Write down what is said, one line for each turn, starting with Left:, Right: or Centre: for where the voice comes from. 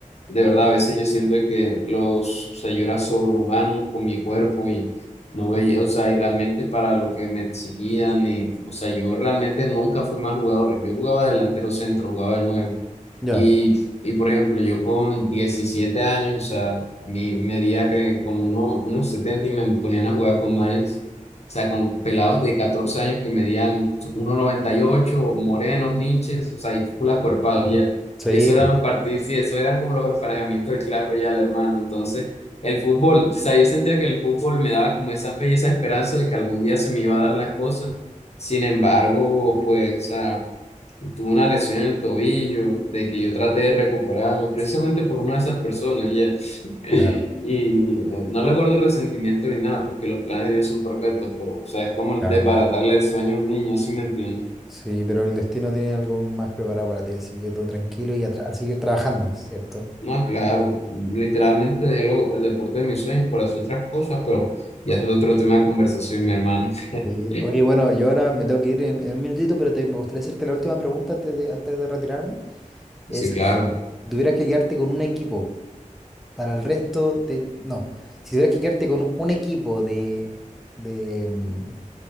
Left: De verdad, a veces yo siento que los, o sea, yo era sobrehumano con mi cuerpo no veía, o sea, y realmente para lo que me exigían, y, o sea, yo realmente nunca fui mal jugador. Yo jugaba delantero centro, jugaba de nueve.
Centre: Ya,
Left: Y, y por ejemplo, yo con 17 años, o sea, mi medida que como uno, unos 70 y me ponían a jugar con manes, o sea, con pelados de 14 años que medían uno noventa y ocho morenos, niches, o sea, y full acuerpados ya.
Centre: sí,
Left: Y eso eran los partidos, y eso eran como los emparejamientos del Clash Royale, hermano. Entonces, el fútbol, o sea, yo sentía que el fútbol me daba como esa fe y esa esperanza de que algún día se me iba a dar las cosas. Sin embargo, pues, o sea, Tuve una lesión en el tobillo, de que yo traté de recuperarme, precisamente por una de esas personas ya. <laughs>
Centre: claro,
Left: Y no le guardo resentimiento ni nada, porque los planes de Dios son perfectos, pero, o sea, es como
Centre: claro,
Left: desbaratarle
Centre: hermano.
Left: el sueño a un niño, si me entiendes?
Centre: Sí, pero el destino tiene algo más preparado para ti, así que tú tranquilo y a, tra- a seguir trabajando, ¿cierto?
Left: No, claro, literalmente dejé lo- el deporte de mis sueños por hacer otras cosas, pero ya eso es otro tema de conversación, mi hermano. <laughs>
Centre: Y, oye, bueno, yo ahora me tengo que ir en, en un minutito, pero te- me gustaría hacerte la última pregunta antes de, antes de retirarme. Es,
Left: Sí, claro.
Centre: si tuvieras que quedarte con un equipo para el resto de... No, si tuvieras que quedarte con un equipo de de, mm,